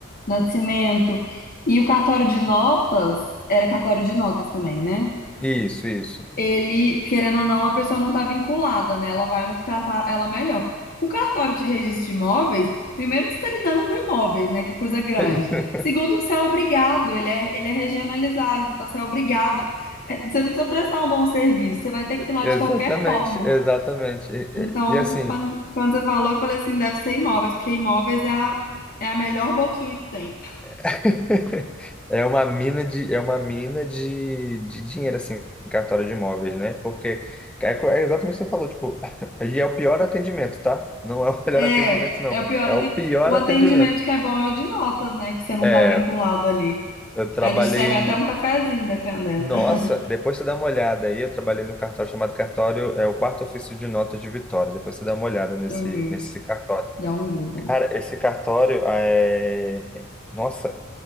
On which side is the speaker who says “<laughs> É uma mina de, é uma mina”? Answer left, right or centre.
Centre